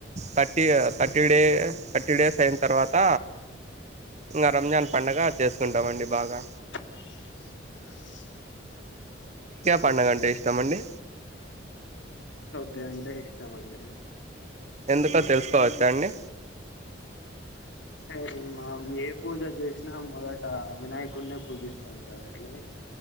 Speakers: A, on the right; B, on the left.
A: పటీ థర్టీ డే థర్టీ డేస్ అయిన తర్వాత త్త రంజన్ పండుగ చేసుకుంటామండి
B: అవు
A: బాగా పండుగంటే ఇష్టం అండి
B: ఎ అంటే ఇష్టమండి
A: ఎందుకో తెలుసుకోవచ్చా అండి
B: సరే మామ్ ఏ పూజ చేసినా మొదట వినాయకుడి నే పూజిస్తాం కదండి